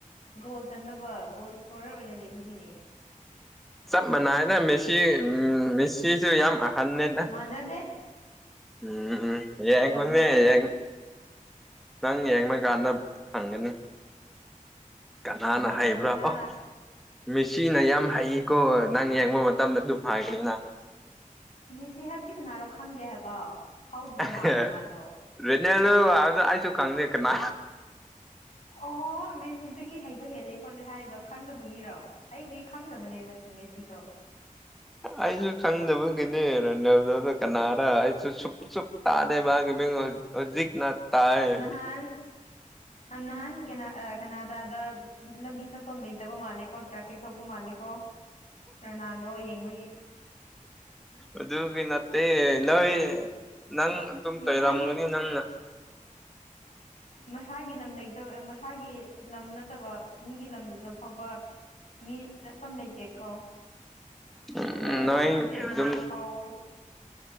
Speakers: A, on the left; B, in the centre.
A: ꯒꯣꯜ ꯆꯟꯅꯕ ꯒꯣꯜ ꯁ꯭ꯀꯣꯔꯔ ꯑꯣꯏꯅ ꯂꯩꯕꯒꯤꯅꯦ
B: ꯆꯞ ꯃꯥꯟꯅꯩꯗ ꯃꯦꯁꯤ ꯃꯦꯁꯤꯁꯨ ꯌꯥꯝ ꯍꯟꯅꯦꯗ
A: ꯃꯥꯟꯅꯗꯦ
B: ꯎꯝ ꯌꯦꯡꯉꯨꯅꯦ
A: ꯃꯥꯟꯅꯗꯦ
B: ꯌꯦꯡ ꯅꯪ ꯌꯦꯡꯂꯀꯥꯟꯗ ꯈꯪꯒꯅꯤ ꯀꯅꯥꯅ
A: ꯔꯣꯅꯥꯜꯗꯣꯅ
B: ꯍꯥꯏꯕ꯭ꯔꯥ ꯑꯣ ꯃꯦꯁꯤꯅ ꯌꯥꯝ ꯍꯩꯀꯣ ꯅꯪ ꯌꯦꯡꯕ ꯃꯇꯝꯗ ꯑꯗꯨꯝ ꯍꯥꯏꯒꯅꯤ ꯅꯪ
A: ꯃꯦꯁꯤ ꯍꯥꯏꯕꯗꯤ ꯀꯅꯥꯔꯣ ꯈꯪꯗꯦ ꯍꯥꯏꯕ ꯐꯥꯎꯗꯕ
B: ꯑꯦꯍꯦ
A: ꯃꯥꯜꯂꯦ ꯃꯥꯗꯣ
B: ꯔꯣꯅꯥꯜꯗꯣ ꯍꯥꯏꯕꯗꯣ ꯑꯩꯁꯨ ꯈꯪꯗꯦ ꯀꯅꯥ
A: ꯑꯣꯍꯣ ꯃꯦꯁꯤꯗꯒꯤ ꯍꯩꯕ ꯍꯦꯜꯂꯦ ꯈꯣꯠꯂꯦ ꯍꯥꯏꯔꯤꯗꯣ ꯈꯪꯗꯕꯒꯤꯔꯣ ꯑꯩꯗꯤ ꯈꯪꯗꯕꯅꯦ ꯃꯁꯤ ꯃꯦꯁꯤꯗꯣ
B: ꯑꯩꯁꯨ ꯈꯪꯗꯕꯒꯤꯅꯦ ꯔꯣꯅꯥꯜꯗꯣꯗꯣ ꯀꯅꯥꯔ ꯑꯩꯁꯨ ꯁꯨꯛ ꯁꯨꯛꯇꯗꯦ ꯃꯥꯒꯤ ꯃꯤꯡ ꯍꯧꯖꯤꯛꯅ ꯇꯥꯏ
A: ꯅꯍꯥꯟ ꯅꯍꯥꯟ ꯀꯅꯥ ꯀꯅꯥꯗꯗ ꯂꯝꯕꯤ ꯆꯠꯐꯝ ꯂꯩꯇꯕ ꯃꯥꯜꯂꯦꯀꯣ ꯇ꯭ꯔꯥꯐꯤꯛ ꯊꯣꯛꯄ ꯃꯥꯜꯂꯦ ꯀꯣ ꯔꯣꯅꯥꯜꯗꯣ ꯌꯦꯡꯕꯒꯤ
B: ꯑꯗꯨꯒꯤ ꯅꯠꯇꯦ ꯅꯣꯏ ꯅꯪ ꯑꯗꯨꯝ ꯇꯣꯏꯔꯝꯒꯅꯤ
A: ꯃꯁꯥꯒꯤ
B: ꯅꯪꯅ
A: ꯃꯁꯥꯒꯤ ꯂꯝ ꯂꯩꯇꯕ ꯃꯁꯥꯒꯤ ꯂꯝ ꯅꯠꯇꯕ ꯃꯤꯒꯤ ꯂꯝꯗꯨꯗ ꯐꯥꯎꯕ ꯃꯤ ꯆꯠꯐꯝ ꯂꯩꯇꯦꯀꯣ
B: ꯅꯣꯏ
A: ꯈꯪꯗꯦ ꯔꯣꯅꯥꯜꯗꯣꯁꯦ
B: ꯑꯗꯨꯝ
A: ꯀꯃꯥꯏꯅ ꯐꯥꯎꯕ꯭ꯔꯣ